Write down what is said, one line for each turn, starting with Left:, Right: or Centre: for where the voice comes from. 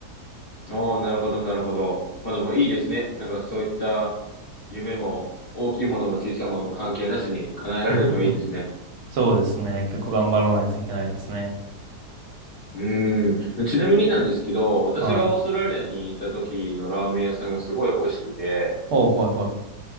Left: ああ、なるほど、なるほど。まあでもいいですね。なんかそういった夢も、大きいものも小さいものも関係なしに叶えられるといいですね。
Right: <laughs> そうですね。結構頑張らないといけないですね。
Left: うん。ちなみになんですけど、私がオーストラリアに行った時のラーメン屋さんがすごい美味しくて、
Right: はい。おう、はい、は